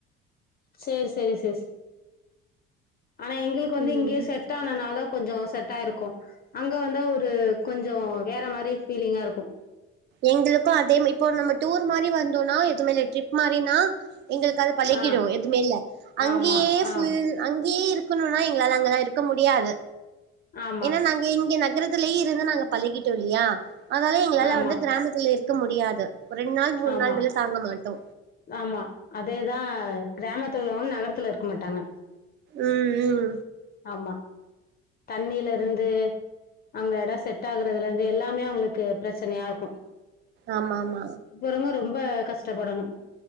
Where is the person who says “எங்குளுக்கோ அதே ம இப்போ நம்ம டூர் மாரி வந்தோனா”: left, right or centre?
Right